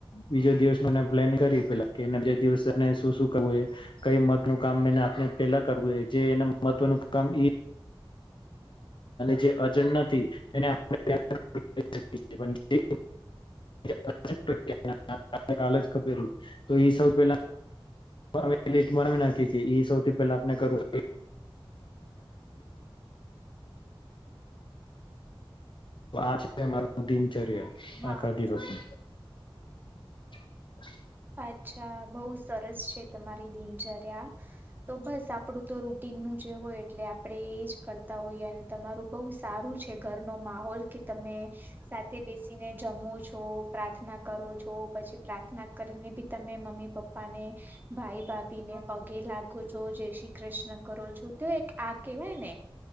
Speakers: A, on the left; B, on the right.
A: બીજો દિવસ મ પ્લેન કરી પેલા બીજ દિવસને શું શું કરવું કઈ મત નું કામ આપણે પેલા કરવું. જે એના મહત્વનું કામ ઈ જે અજ નથી તેનેેલું તો એ સૌ પહેલા મ મણવ નાયા સૌ પેલા આપને કરું. <inaudible> આચર્ય
B: હા
A: આખા દિવસમાં <inaudible>
B: અચ્છા બઉુ સરસ છે તમારી દિનચર્યા તો બસ આપડું તો રૂટીન નું જે હોય એટલે આપડે એજ કરતા હોઈએ અને તમારું બહુ સારું છે ઘરનો માહોલ કે તમે સાથે બેસીને જમો છો પ્રાર્થના કરો છો પછી પ્રાર્થના કરીને બી તમે મમ્મી પપ્પા ને ભાઈ ભાભી ને પગે લાગો છો જય શ્રી કૃષ્ણ કરો છો તો એક આ કેહેવાય ને